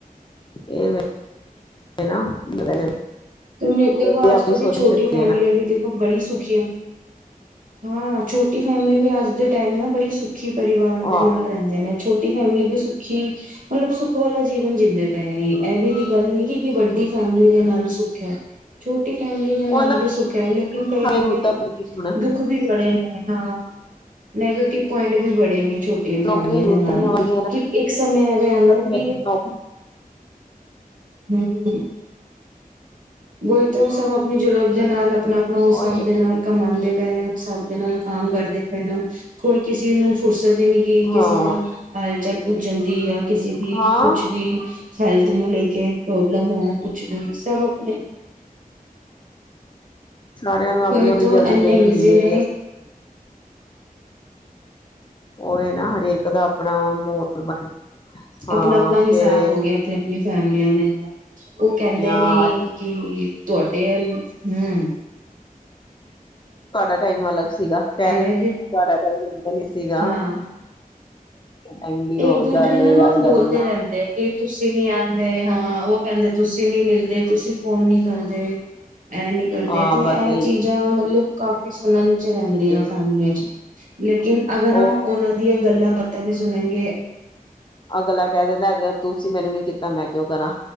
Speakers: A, on the left; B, on the right.
A: ਇਹ ਨਾ <unintelligible>
B: ਤੁ ਦੇਖੋ ਆਜ
A: ਤੇ ਆਪਣੀ
B: ਕੱਲ
A: ਸੋਚਣ
B: ਦੀ ਛੋਟੀ
A: ਸ਼ਕਤੀ
B: ਫੈਮਿਲੀਆਂ
A: ਹੈ ਨਾ
B: ਵੀ ਦੇਖੋ ਬੜੀ ਸੁਖੀਆਂ। ਹਾਂ ਛੋਟੀ ਫੈਮਿਲੀ ਵੀ ਅੱਜ ਦੇ ਟਾਈਮ ਨਾਲ ਬੜੀ ਸੁਖ ਖੀ ਪਰਿਵਾਰ ਦੇ
A: ਹਾਂ
B: ਨਾਲ ਰਹਿੰਦੇ ਨੇ। ਛੋਟੀ ਫੈਮਿਲੀ ਵੀ ਸੁੱਖੀ ਮਤਲਬ ਸੁੱਖ ਵਾਲਾ ਜੀਵਨ ਜਿੰਦੇ ਪਏ ਨੇ ਇਹਵੇ ਦੀ ਗੱਲ ਨੀ ਕਿ ਵੱਡੀ ਫੈਮਿਲੀ ਦੇ ਨਾਲ ਸੁਖ ਹੈ ਛੋਟ ਟੀ ਫੈਮਲੀ ਦੇ
A: ਉਹਨਾਂ
B: ਨਾਲ ਵੀ ਸੁਖ ਹੈ ਲੇਕਿਨ
A: ਦੀਆਂ
B: ਕਈ ਨਾ
A: ਜ਼ਰੂਰਤਾਂ
B: ਕਈ
A: ਪੂਰੀਆਂ ਹੋਣ
B: ਦੁੱਖ ਵੀ ਬੜੇ ਨੇ ਹਾਂ। ਨੈਗੇਟੀਵ ਪੁਆਇੰਟ ਵੀ ਬੜੇ ਨੇ ਛੋਟੀ ਫੈਮਲੀ
A: ਲੋਕਾਂ ਦੀਆਂ ਜ਼ਰੂਰਤਾਂ
B: ਦੇ ਨਾਲ
A: ਨੀ ਵਧੀਆਂ
B: ਨਾ ਕਿ ਇੱਕ ਸਮੇਂ ਐਵੇਂ
A: ਨਾ
B: ਆਂਦਾ ਕਿ ਹਮ ਵੋਹੀ ਤੋਂ ਸਭ ਆਪਣੀ ਜੁਰਤ ਦੇ ਨਾਲ ਆਪਣਾ ਆਪਣਾ ਉਸ
A: ਉਹੀ
B: ਹਿਸਾਬ ਦੇ ਨਾਲ ਕਮਾਂਦੇ ਹੋ। ਪ ਹਾਬ ਦੇ ਨਾਲ ਕੰਮ ਕਰਦੇ ਪੈਣਾ ਕੋਈ ਕਿਸੇ ਨੂੰ ਫੁਰਸ ਸਤ ਨ ਕਿ ਕਿਸੇ
A: ਹਾਂ
B: ਨੇ ਹਾਲ ਚਾਲ ਉ ਜਾਂਦੀ ਆ ਕਿਸੇ ਦੀ
A: ਹਾਂ
B: ਕੁਛ ਵੀ ਹੈਲਥ ਨੂੰ ਲੈ ਕੇ ਪ੍ਰੋਬਲਮ ਹੋ ਕੁਛ ਵੀ ਸਭ ਆਪਣੇ
A: ਸਾਰਿਆਂ ਨੂੰ, ਆਪਨੀ
B: ਵਹੀ
A: ਆਪਨੀ
B: ਤੋਂ
A: ਜਲਦੀ
B: ਇੰਨੇ
A: ਪਈ ਹੁੰਦੀ
B: ਬਿਜ਼ੀ
A: ਏ
B: ਨੇ
A: ਕਿ ਉਹ ਇਹ ਨਾ ਹਰੇਕ ਦਾ ਆਪਣਾ ਮਾਹੋਲ ਬਣ ਹਾਂ
B: ਆਪਨਾ ਆਪਨਾ ਹਿਸਾਬ
A: ਫੇਰ
B: ਹੋ ਗਿਆ, ਆਪਨੇ ਆਪਨੀ ਫੈਮਲੀਆਂ ਦੇ ਨਾਲ ਉਹ ਕਹਿੰਦੇ
A: ਆਪਣੀਆਂ
B: ਨੇ ਕਿ ਤੂੰ ਅਟੇਲ ਹਮ <inaudible>
A: ਤੁਹਾਡਾ ਟਾਈਮ ਅਲੱਗ ਸੀਗਾ, ਕਹਿ ਦਿੰਦੇ
B: ਐਵੇਂ ਦੇ
A: ਤੁਡਾ ਟਮ ਨੀ ਸੀਗਾ
B: ਹਾਂ
A: ਟਾਈਮ ਦੀ
B: ਇੱਕ
A: ਹੋਰ
B: ਦੂਜੇ
A: ਗੱਲ
B: ਨੂੰ
A: ਏ
B: ਨਾ
A: ਅੱਜ
B: ਬੋਲਦੇ
A: ਕੱਲ ਇੰਨਾ
B: ਰਹਿੰਦੇ ਕਿ, ਤੁਸੀਂ ਨੀ ਆੰਦੇ ਹਾਂ ਉਹ ਕਹਿੰਦੇ ਤੁਸੀਂ ਨੀ ਮਿਲਦੇ, ਤੁਸੀਂ ਫੋਨ ਨੀ ਕਰਦੇ ਇਹ ਨੀ ਕਰਦੇ
A: ਹਾਂ
B: ਤੇ
A: ਬਸ
B: ਇਹ
A: ਇਹੀ
B: ਚੀਜ਼ਾਂ ਮਤਲਬ ਕਾਫੀ ਸੁਣਨ ਚ ਰਹਿੰਦੇ
A: ਖਿੱਚ
B: ਆ ਫੈਮਲੀਆਂ ਚ, ਲੇਕਿਨ ਅਗਰ
A: ਉਹ
B: ਹਮ ਉਹਨਾਂ ਦੀਆਂ ਗੱਲਾਂ ਬਾਤਾਂ ਵੀ ਸੁਣ ਹਗੇ <inaudible>
A: ਅਗਲਾ ਕਹਿ ਦਿੰਦਾ ਅ ਤੁਸੀਂ ਮੈਨੂੰ ਨੀ ਕੀਤਾ, ਮੈਂ ਕਿਉਂ ਕਰਾਂ